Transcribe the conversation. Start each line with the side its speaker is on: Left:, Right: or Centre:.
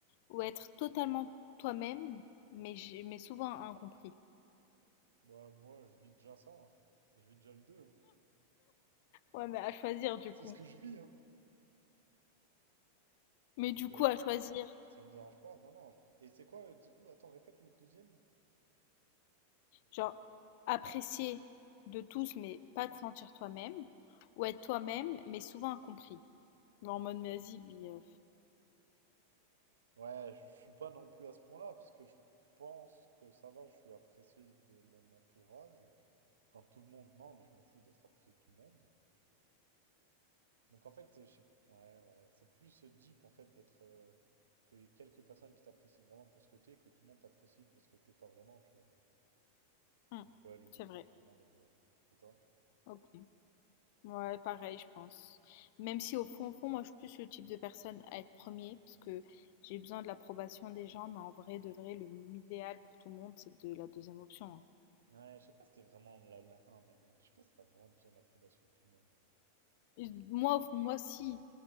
Left: ou être totalement toi-même, mais, j- mais souvent incompris?
Right: Bah, moi, je vis déjà ça. hein. Je vis déjà le deux hein.
Left: Ouais, mais à choisir du
Right: C'est
Left: coup.
Right: ce que je vis. hein.
Left: Mais
Right: Donc,
Left: du
Right: euh,
Left: coup, à choisir,
Right: ça me dérange pas. Non, non. je pr- Et c'est quoi, euh, du coup? Attends, répète le deuxième.
Left: genre, apprécier de tous,
Right: Ouais,
Left: mais pas te sentir toi-même, ou être toi-même, mais souvent incompris. Mais en mode, mais vas-y, lui. euh,
Right: Ouais, je suis pas non plus à ce point-là, parce que je pense que ça va. Je suis apprécié de mon entourage. Enfin, tout le monde, non, mais je m'en fous d'être apprécié de tout le monde. Donc, en fait, euh, je sais... ouais, ouais, c'est plus euh, deep, en fait, d'être. euh, que y ait quelques personnes qui t'apprécient vraiment pour ce que t'es, que tout le monde t'apprécie pour ce que t'es pas vraiment, tu vois.
Left: hum,
Right: Donc, ouais, le deux
Left: c'est vrai.
Right: clairement, le 2 ouais. Et toi?
Left: Ok. Ouais, pareil, je pense. Même si au fond, au fond, moi, je suis plus le type de personne à être premier, parce que j'ai besoin de l'approbation des gens, mais en vrai, de vrai, le idéal pour tout le monde, c'est de la deuxième option. hein.
Right: Ouais, je sais pas si t'es vraiment la, la un même. hein. Je sais pas si t'as vraiment besoin de l'approbation de tout le monde. hein.
Left: Et Moi, au fond, de moi, si.